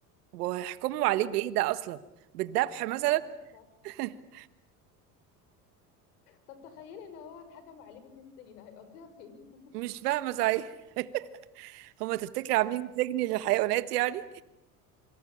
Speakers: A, on the right; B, on the left.
A: وهيحكموا عليه
B: لا
A: بإيه ده أصلا بالذبح مثلا
B: انا اصلا مش عارفة
A: <laughs>
B: طب تخيلي ان هو اتحكم عليه بسنين سجن هيقضيها فين
A: مش فاهمة صحيح <laughs> هما تفتكر عاملين سجن للحيوانات يعني